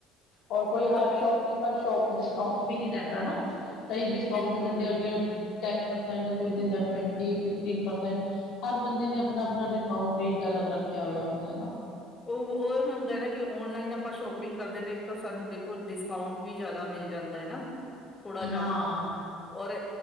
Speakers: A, on the left; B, on the left.
A: ਔਰ ਕੋਈ
B: ਉਹ
A: ਹਰ
B: ਤਾਂ ਬਿਲ
A: ਸ਼ੋਪਕੀਪਰ ਸੋਂਪ ਡਿਸਕਾਊਂਟ ਵੀ ਨੀ ਦਿੰਦਾ ਨਾ। ਕਈ ਡਿਸਕਾਊਂਟ
B: ਬਿਲਕੁਲ
A: ਦਿੰਦੇ
B: ਬਿਲਕੁਲ
A: ਹੈਗੇ ਟੈਨ ਪਰਸੈਂਟ, ਕੋਈ ਦਿੰਦਾ ਟਵੈਂਟੀ- ਫਿਫਟੀਨ ਪਰਸੈਂਟ ਹਰ ਬੰਦੇ ਨੇ ਅਪਣਾ- ਅਪਣਾ ਡਿਸਕਾਊਟ ਰੇਟ ਅਲੱਗ ਰੱਖਿਆ ਹੋਇਆ ਹੁੰਦਾ ਹੈ ਨਾ।
B: ਉਹ- ਉਹ ਹੁੰਦਾ ਨਾ ਕਿ ਔਨਲਾਈਨ ਆਪਾਂ ਸ਼ੋਪਿੰਗ ਕਰਦੇ ਰਹੇ ਇੱਕ ਤਾਂ ਸਾਨੂੰ ਦੇਖੋ ਡਿਸਕਾਊਂਟ ਵੀ ਜਿਆਦਾ ਮਿਲ ਜਾਂਦਾ ਹੈ ਨਾ ਥੋੜਾ ਜਾ
A: ਹਾਂ
B: ਔਰ